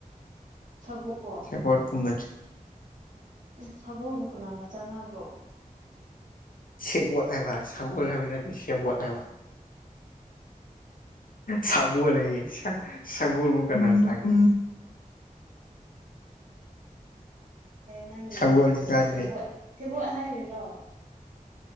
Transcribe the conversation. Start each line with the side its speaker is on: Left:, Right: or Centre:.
Right: ꯁꯒꯣꯜ
Left: ꯁꯦꯕꯣꯠꯀꯨꯝꯕꯗꯤ
Right: ꯎꯝ ꯁꯒꯣꯜꯕꯨ ꯀꯅꯥꯅ ꯆꯥꯟꯅꯕ꯭ꯔꯣ
Left: ꯁꯦꯕꯣꯠ ꯍꯥꯏꯕ ꯁꯒꯣꯜ ꯍꯥꯏꯕ ꯅꯠꯇꯦ ꯁꯦꯕꯣꯠ ꯍꯥꯏꯕ ꯁꯥꯒꯣꯜ ꯍꯥꯏꯌꯦ ꯁꯒꯣꯜꯕꯨ ꯀꯅꯥꯅ ꯆꯥꯒꯦ
Right: ꯅꯪꯒꯤ
Left: ꯁꯒꯣꯜꯗꯤ ꯆꯥꯗꯦ
Right: ꯁꯦꯕꯣꯠ ꯁꯦꯕꯣꯠ ꯍꯥꯏꯔꯤꯔꯣ